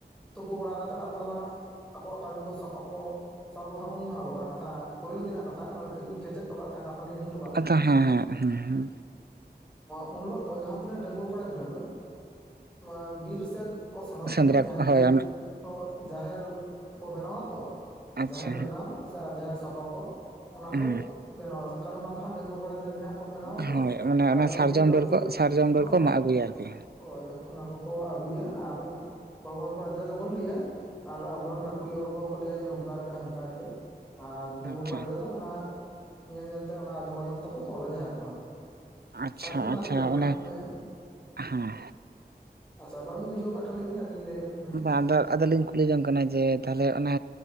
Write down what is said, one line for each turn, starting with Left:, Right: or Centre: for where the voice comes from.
Centre: ᱛᱩᱯᱩ ᱵᱟᱲᱟ ᱠᱟᱛᱮᱫ ᱟᱠᱚ ᱫᱚ ᱦᱟᱸᱜ ᱟᱠᱚᱣᱟᱜ ᱠᱟᱹᱢᱤ ᱠᱚ ᱥᱟᱯᱟᱵ ᱠᱚᱼᱼ ᱥᱟᱵᱟᱦᱟ ᱩᱢ ᱢᱟᱦᱟ ᱦᱤᱞᱟᱹᱜᱟᱜ ᱠᱟᱛᱷᱟ ᱯᱟᱹᱭᱞᱟᱹ ᱫᱤᱱᱟᱜ ᱠᱟᱛᱷᱟ ᱚᱱᱟ ᱠᱟᱹᱡ ᱞᱤᱧ ᱠᱮᱪᱮᱫ ᱴᱚ ᱠᱟᱜ ᱛᱟᱦᱮᱸᱫ ᱠᱟᱛᱷᱟ ᱞᱤᱧ ᱦᱤᱲᱤᱧᱼᱼ ᱴᱚ ᱠᱟᱜ ᱛᱟᱦᱮᱸᱜ-ᱟ
Right: ᱟᱫᱚ ᱦᱮᱸ ᱦᱮᱸ ᱦᱮᱸ
Centre: ᱩᱱ ᱦᱤᱞᱳᱜ ᱫᱚ ᱡᱟᱦᱟᱸ ᱛᱤᱱᱟᱹᱜ ᱰᱟᱺᱜᱩᱣᱟᱹ ᱠᱚᱲᱟ ᱜᱤᱫᱽᱨᱟᱹ ᱫᱚᱼᱼ ᱱᱚᱣᱟ ᱵᱤᱨ ᱥᱮᱫ ᱠᱚ ᱥᱮᱱᱚᱜ
Right: ᱥᱮᱸᱫᱽᱨᱟ
Centre: ᱛᱮ ᱡᱟᱦᱮᱨ
Right: ᱦᱳᱭ
Centre: ᱞᱟᱹᱜᱤᱫ
Right: ᱚᱱᱟ
Centre: ᱦᱳᱸᱼᱼ ᱡᱟᱦᱮᱨ ᱠᱚ ᱵᱮᱱᱟᱣᱟ ᱛᱚ
Right: ᱟᱪᱪᱷᱟ
Centre: ᱡᱟᱦᱮᱨ ᱵᱮᱱᱟᱣ, ᱥᱮ ᱡᱟᱦᱮᱨ ᱥᱟᱯᱷᱟ ᱠᱚᱼᱼ ᱚᱱᱟ ᱠᱚ
Right: ᱦᱩᱸ
Centre: ᱵᱮᱱᱟᱣᱟ ᱠᱟᱨᱚᱱ ᱟᱫᱚ ᱦᱟᱸᱜ ᱰᱟᱸᱜᱩᱣᱟᱹ ᱠᱚᱲᱟ ᱜᱤᱫᱽᱨᱟᱹ ᱜᱮ ᱦᱟᱸᱜᱼᱼ ᱠᱚ ᱵᱮᱱᱟᱣᱟ
Right: ᱦᱳᱭ
Centre: ᱛᱚ
Right: ᱢᱟᱱᱮ
Centre: ᱛᱟᱞᱦᱮ
Right: ᱚᱱᱟ ᱥᱟᱨᱡᱚᱢ
Centre: ᱩᱱᱠᱩ ᱜᱟᱹᱠᱷᱩᱲ
Right: ᱰᱟᱹᱨ ᱠᱚ ᱥᱟᱨᱡᱚᱢ ᱰᱟᱹᱨ
Centre: ᱦᱳᱭᱼᱼ
Right: ᱠᱚ ᱢᱟᱜ ᱟᱹᱜᱩᱭᱟ ᱟᱨᱠᱤ
Centre: ᱦᱳᱭ ᱚᱱᱟ ᱠᱚᱠᱚ ᱟᱹᱜᱩᱭᱟ ᱟᱨ ᱵᱟᱹᱦᱩᱣᱟᱱ ᱠᱚᱲᱟ ᱜᱤᱫᱽᱨᱟᱹ ᱫᱚᱠᱚ ᱞᱟᱹᱭᱟ ᱟᱨ ᱟᱵᱚᱨᱮᱱ ᱜᱟᱹᱠᱷᱩᱲᱤᱭᱟᱹ ᱦᱚᱲ ᱠᱚᱦᱚᱸ ᱠᱚ ᱞᱟᱹᱭᱟ ᱡᱮ ᱱᱚᱝᱠᱟᱭᱯᱮ ᱦᱟᱱᱠᱟᱭᱯᱮ ᱟᱨ ᱰᱟᱺᱜᱩᱣᱟᱹ
Right: ᱟᱪᱪᱷᱟ
Centre: ᱠᱚᱲᱟ ᱜᱤᱫᱽᱨᱟᱹ ᱫᱚ ᱚᱱᱟ ᱧᱮᱞ ᱧᱮᱞ ᱛᱮ ᱚᱱᱟ ᱟᱸᱡᱚᱢ ᱟᱸᱡᱚᱢ ᱛᱮᱠᱚ ᱛᱚᱞᱟ ᱡᱟᱦᱮᱨ ᱫᱚ ᱦᱟᱸᱜ
Right: ᱟᱪᱪᱷᱟ
Centre: ᱥᱟᱨᱫᱤ ᱢᱟᱦᱟ
Right: ᱟᱪᱪᱷᱟ
Centre: ᱨᱤᱧ ᱪᱟᱞᱟᱜ ᱠᱟᱱᱟ
Right: ᱚᱱᱮ
Centre: ᱜᱚᱢᱠᱮ ᱦᱮᱸ
Right: ᱦᱮᱸ
Centre: ᱟᱪᱪᱷᱟ ᱵᱟᱵᱤᱱ ᱵᱩᱡᱷᱟᱹᱣ ᱠᱟᱜ ᱠᱷᱟᱱ ᱞᱮᱭ ᱵᱤᱱ ᱟᱞᱤᱧ ᱞᱤᱧ ᱞᱮᱭ ᱟᱵᱤᱱ ᱠᱟᱱᱟ ᱦᱟᱸᱜ
Right: ᱵᱟᱝ ᱟᱫᱚ ᱟᱫᱚᱞᱤᱧ ᱠᱩᱞᱤ ᱡᱚᱝ ᱠᱟᱱᱟ ᱡᱮ ᱛᱟᱦᱚᱞᱮ ᱚᱱᱟ